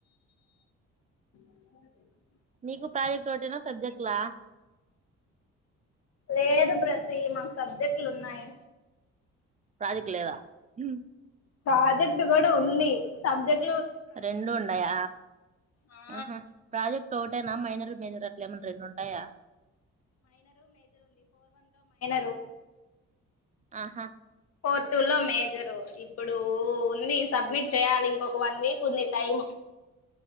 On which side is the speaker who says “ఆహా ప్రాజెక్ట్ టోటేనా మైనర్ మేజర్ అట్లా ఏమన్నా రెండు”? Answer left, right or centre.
Right